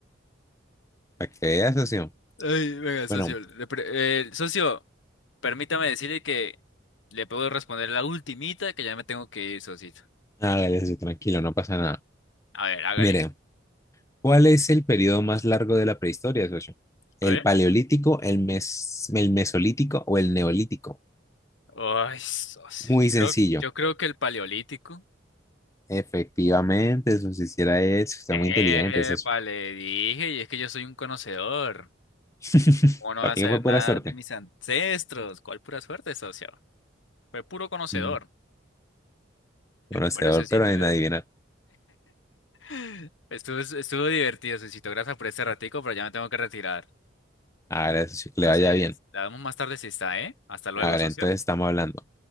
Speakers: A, on the left; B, on the left.
A: Para que veas, socio.
B: Ay, venga,
A: Bueno,
B: socio. le pre- eh, socio, permítame decirle que le puedo responder la ultimita que ya me tengo que ir, socito.
A: Hágale, socio, tranquilo, no pasa nada.
B: A ver, hágale.
A: Mire, ¿cuál es el periodo más largo de la prehistoria, socio? ¿El
B: A ver.
A: paleolítico, el mes- el mesolítico o el neolítico?
B: Ay, socio.
A: Muy
B: Yo
A: sencillo.
B: creo, yo creo que el paleolítico.
A: Efectivamente, socio, si hiciera eso, está
B: Epa,
A: muy inteligente, socio.
B: le dije, y es que yo soy un conocedor.
A: <laughs>
B: ¿Cómo no
A: También
B: va a saber
A: fue pura
B: nada
A: suerte.
B: de mis ancestros? ¿Cuál pura suerte, socio? Fue puro conocedor.
A: Mm, Conocedor,
B: Bueno, socito,
A: pero en adivinar.
B: <laughs> estuvo, estuvo divertido, socito. Gracias por este ratico, pero ya me tengo que retirar.
A: Hágale, socio, que
B: Entonces,
A: le vaya bien.
B: la damos más tarde si está, ¿eh? Hasta luego,
A: Hágale,
B: socio.
A: entonces estamos hablando.